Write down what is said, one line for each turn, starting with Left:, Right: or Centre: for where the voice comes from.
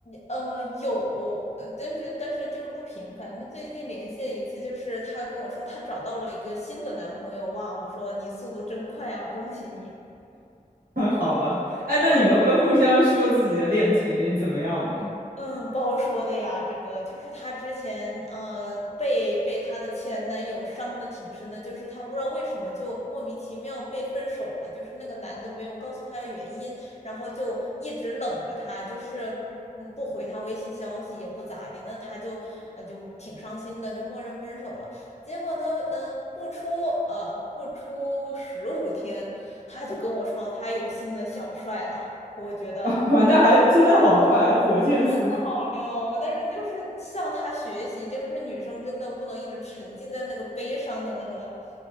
Left: 呃，有，呃但是但是就是不频繁。就最近联系了一次，就是她跟我说她找到了一个新的男朋友，哇，我说你速度真快啊，恭喜你。
Right: <laughs> 好吧，哎，那你们会互相说自己的恋情怎么样吗？
Left: <laughs> 嗯，包说的呀，这个就是她之前呃被被她的前男友伤的挺深的，就是她不知道为什么就莫名其妙被分手了，就是那个男的没有告诉她原因，然后就一直冷着她，就是嗯不回她微信消息也不咋的，那她就呃就挺伤心的，就默认分手了。结果呢，呃不出呃不出十五天，她就跟我说她有新的小帅了，我觉得。
Right: <laughs> 啊，那还真的好快，火线速。
Left: 那好溜哦，但是就是向他学习，就是女生真的不能一直沉浸在那个悲伤的那个